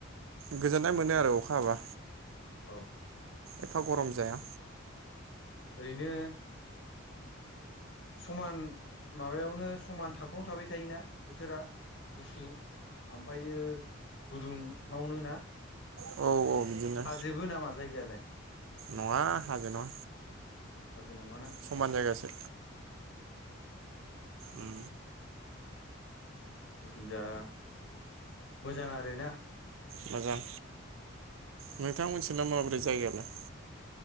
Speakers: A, on the right; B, on the left.
A: गोजोननाय मोनो आरो अखा हाबा
B: औ
A: एफा गरम जाया‌
B: ओरैनो समान माबायावनो समान थाखोआवनो थाबाय थायोना बोथोरा गुसु ओमफ्रायो गुदुङावनो ना
A: औ
B: <inaudible>
A: औ बिदिनो
B: हाजोबो नामा जायगायालाय?
A: नङा हाजो नङा
B: हाजो नङाना?
A: समान जायगासो उम
B: जायखिजाया मोजां आरो ना?
A: मोजां नोंथां मोनसे नोंना माबोरै जायगायालाय?